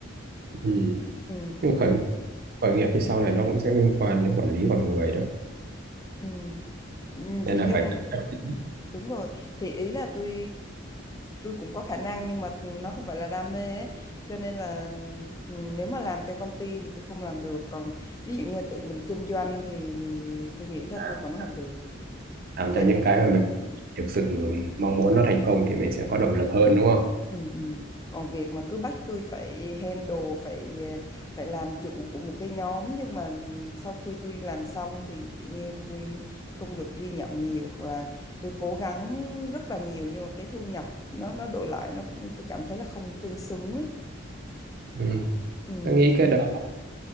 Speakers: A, on the right; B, on the left.
A: Ừ.
B: Ừ.
A: nhưng khởi khởi nghiệp thì sau này nó cũng sẽ liên quan đến quản lý con người đó
B: Ừ. Ừ,
A: nên
B: thì
A: là
B: nhưng
A: phải cẩn trọng tí.
B: Đúng rồi, thì ý là tôi tôi cũng có khả năng nhưng mà nó không phải là đam mê ấy. Cho nên là ừm, nếu mà làm cho công ty thì tôi không làm được, còn ví dụ như tự mình kinh doanh thì, thì tôi nghĩ là
A: À,
B: tôi vẫn làm được.
A: làm
B: Sẽ
A: cho những cái mà mình thực sự mong muốn nó thành công thì mình sẽ có động lực hơn đúng không
B: Ừ, ừ. Còn việc mà cứ bắt tôi phải handle phải phải làm chủ của một cái nhóm nhưng mà sau khi tôi làm xong thì kiểu như tôi không được ghi nhận nhiều hoặc là tôi cố gắng rất là nhiều nhưng mà cái thu nhập nó nó đổi lại nó tôi cảm thấy là không tương xứng ấy.
A: ừ.
B: Ừ.
A: Tôi nghĩ cái đó